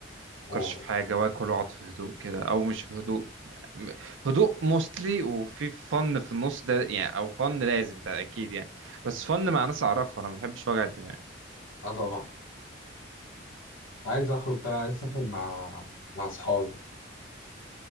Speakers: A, on the right (about 70°); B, on the left (about 85°).
A: مفكرش
B: و...
A: في حاجة واكل واقعد في هدوء كده او مش في هدوء يعني هدوء موستلي وفي فن في النص ده يعني او فن لازم ده اكيد يعني بس فن مع ناس اعرفها انا ما بحبش وجع الدماغ
B: اه طبعا عايز اخرج فعلا عايز اسافر مع مع اصحابي